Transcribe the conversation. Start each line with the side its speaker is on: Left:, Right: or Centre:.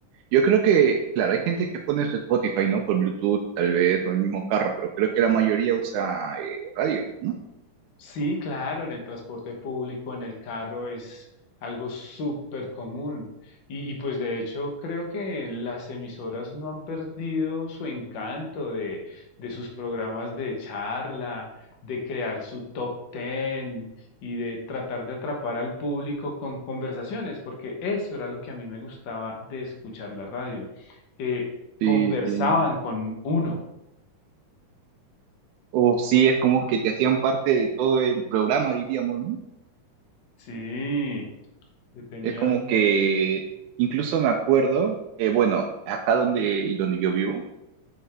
Right: yo creo que, claro, hay gente que pone su Spotify, ¿no? Por Bluetooth, tal vez, o el mismo carro, pero creo que la mayoría usa eh, radio, ¿no?
Left: Sí, claro, en el transporte público, en el carro es algo súper común. Y, y, pues de hecho creo que las emisoras no han perdido su encanto de, de sus programas de charla, de crear su top ten y de tratar de atrapar al público con conversaciones, porque eso era lo que a mí me gustaba de escuchar la radio, que
Right: Sí,
Left: conversaban
Right: sí.
Left: con uno.
Right: O sí, es como que te hacían parte de todo el programa, diríamos, ¿no?
Left: Sí, que tenían
Right: Es como que incluso me acuerdo, eh, bueno, acá donde, donde yo vivo,